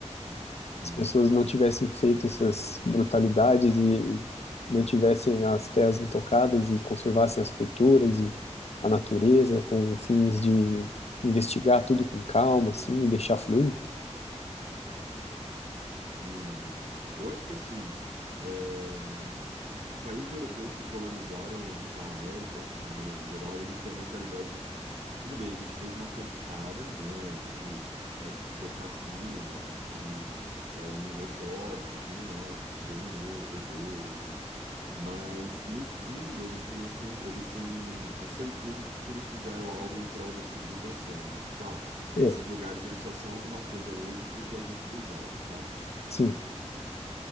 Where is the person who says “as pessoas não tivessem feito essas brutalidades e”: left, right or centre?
Left